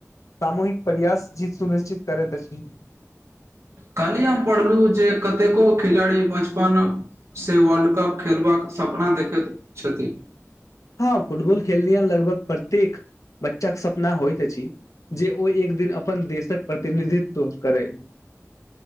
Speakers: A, on the left; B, on the right.
A: सामूहिक परयास जीत सुनिश्चित करैत अछि।
B: कल्ही हम पढ़लहु जे कतेको खिलाड़ी बचपन से वर्ल्ड कप खेलबाक सपना देखैत छथिन।
A: हँ फुटबॉल खेलनिहार लगभग प्रत्येक बच्चाके सपना होइत अछि जे ओ एक दिन अपन देशक प्रतिनिधित्व करै।